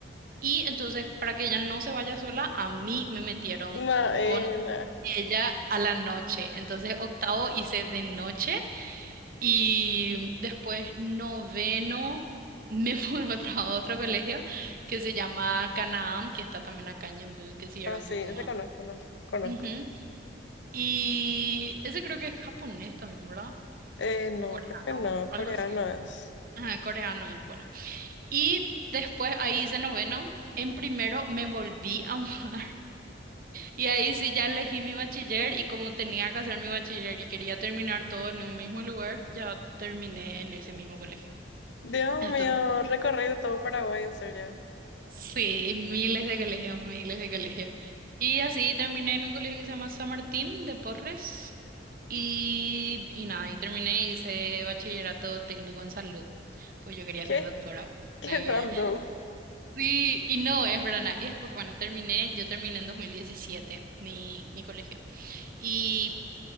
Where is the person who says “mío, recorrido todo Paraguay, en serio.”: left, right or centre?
Left